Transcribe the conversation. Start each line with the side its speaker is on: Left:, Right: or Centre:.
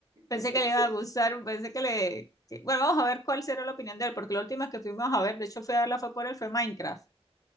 Left: Pensé
Right: <laughs> Eh,
Left: que
Right: Sí.
Left: le iba a gustar, pensé que le... que- Bueno, vamos a ver cuál será la opinión de él, porque la última que fuimos a ver, de hecho fui a verla fue por él, fue Minecraft,